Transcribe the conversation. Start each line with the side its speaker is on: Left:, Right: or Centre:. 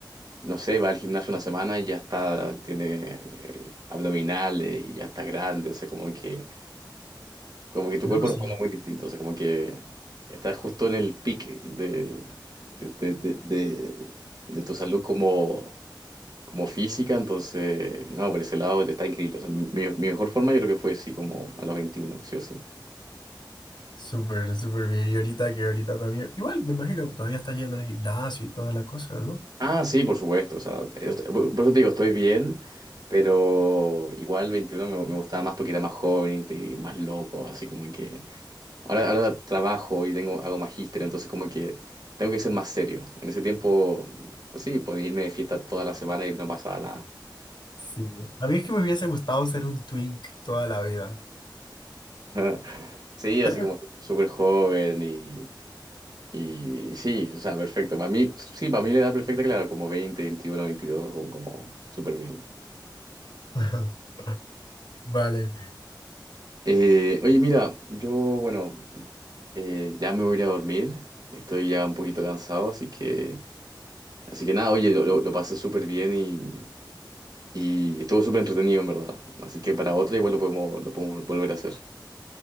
Right: no sé, va al gimnasio una semana y ya está, tiene eh, abdominales y ya está grande, o sea, como que, como que tu
Left: No,
Right: cuerpo
Left: sí.
Right: responde muy distinto, o sea, como que estás justo en el pique de, de, de, de, de- de tu salud como, como física, entonces, no, por ese lado ya está increíble, o sea, mi, mi mejor forma yo creo que fue así como a los 21 sí o sí.
Left: Súper, súper bien. Y ahorita que ahorita también, igual me imagino que todavía está yendo al gimnasio y toda la cosa, ¿no?
Right: Ah, sí, por supuesto, o sea, es- por por eso te digo, estoy bien. Pero igual 21 me, me gustaba más porque era más joven y te- y más loco, así como que Ahora, ahora trabajo y tengo, hago magíster, entonces como que tengo que ser más serio. En ese tiempo, pues sí, podía irme de fiesta toda la semana y no pasaba nada.
Left: Sí. A mí es que me hubiese gustado ser un twink toda la vida.
Right: <laughs> Sí, así
Left: <laughs>
Right: como súper joven y, y sí, o sea, perfecto. Para mí, sí, para mí la edad perfecta, claro, como 20, 21, 22, como, como súper bien.
Left: Ajá, Vale.
Right: Eh, oye, mira, yo, bueno, eh, ya me voy a ir a dormir. Estoy ya un poquito cansado, así que, así que nada, oye, lo, lo- lo pasé súper bien y Y estuvo súper entretenido, en verdad. Así que para otra igual lo podemos, lo podemos volver a hacer.